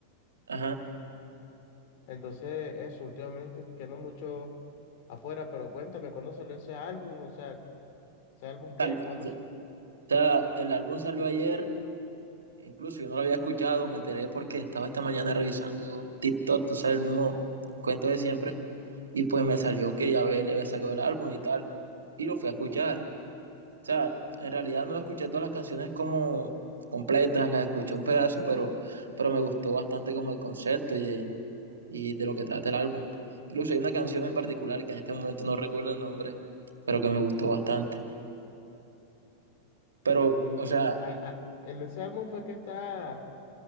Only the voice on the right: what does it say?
Ajá.
O
sea, el álbum salió ayer Incluso yo no lo había escuchado, me enteré porque estaba esta mañana revisando TikTok, tú sabes, el mismo cuento de siempre. Y pues me salió que Yabel le había sacado el álbum y tal. Y lo fui a escuchar. O sea, en realidad no escuché todas las canciones como completas, las escuché un pedazo, pero, pero me gustó bastante como el concepto y de, y de lo que trata el álbum. Incluso hay una canción en particular que en este momento no recuerdo el nombre, pero que me gustó bastante. Pero,
o sea,